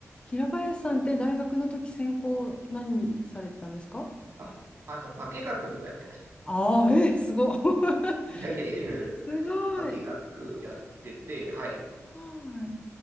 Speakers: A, on the left; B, on the right.
A: 平林さんって大学の時専攻何されてたんですか
B: あ、あの、化学とかやってました。
A: ああー、えー、すごい。<laughs>
B: いやいやいや、<laughs>
A: すごい。
B: 化学やってて、はい。
A: は